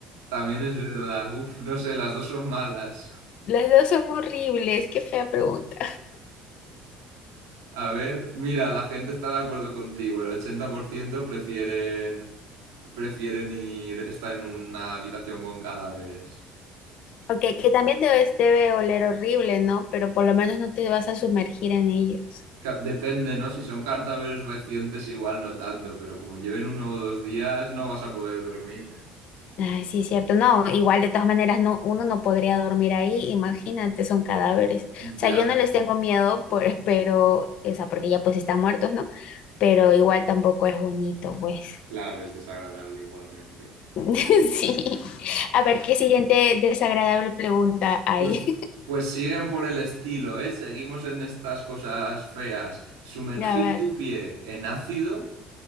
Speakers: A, on the right (about 85°); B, on the left (about 65°).
A: También es verdad. Uf, no sé, las dos son malas.
B: las dos son horribles, qué fea pregunta.
A: A ver, mira, la gente está de acuerdo contigo. El 80% prefieren, prefieren ir, estar en una habitación con cadáveres.
B: Ok, que también debes, debe oler horrible, ¿no? Pero por lo menos no te vas a sumergir en ellos.
A: Ca- Depende, ¿no? Si son cadáveres recientes, igual no tanto, pero como lleven uno o dos días, no vas a poder dormir.
B: Ay, sí, es cierto. No, igual de todas maneras no, uno no podría dormir ahí, imagínate, son cadáveres. O sea,
A: Ya,
B: yo no les tengo miedo, por, pero, o sea, porque ya pues están muertos, ¿no? Pero igual tampoco es bonito, pues.
A: claro, es desagradable igualmente.
B: <laughs> Sí. A ver, ¿qué siguiente desagradable pregunta hay?
A: Pues, pues siguen por el estilo, ¿eh? Seguimos en estas cosas feas. Sumergir
B: <laughs> A ver,
A: tu pie en ácido